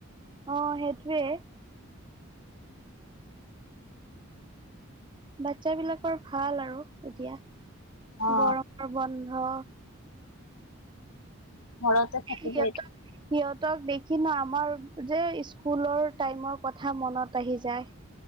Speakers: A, on the right (about 20°); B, on the left (about 85°).
A: অ', সেইটোৱে। বাচ্ছা বিলাকৰ ভাল আৰু এতিয়া
B: অ
A: গৰৰ বন্ধ।
B: ঘৰতে থাকিব
A: সিহঁতক
B: এতিয়া।
A: সিহঁতক দেখি ন আমাৰ যে স্কুলৰ টাইমৰ কথা মনত আহি যায়।